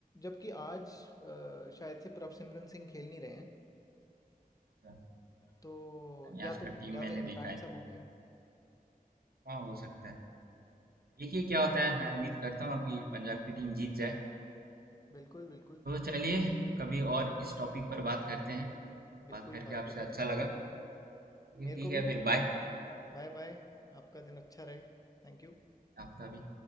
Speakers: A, on the left (about 25°); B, on the right (about 80°).
A: जबकि आज अ, शायद से प्रभसिमरन सिंह खेल नहीं रहे हैं
B: अच्छा,
A: तो
B: यानी
A: या
B: आज का
A: तो
B: टीम
A: या तो
B: मैंने
A: इम्पैक्ट
B: देखा है
A: सब होंगे
B: हाँ हो सकता है देखिए क्या होता है मैं उम्मीद करता हूँ आपकी पंजाब की टीम जीत जाए
A: बिल्कुल बिल्कुल
B: तो चलिए कभी और इस टॉपिक पर बात करते हैं
A: बिल्कुल
B: बात करके
A: बात
B: आपसे
A: करेंगे
B: अच्छा लगा चलिए,
A: मेरे
B: ठीक
A: को भी
B: है फिर बाय
A: Bye bye आपका दिन अच्छा रहे Thank you
B: आपका भी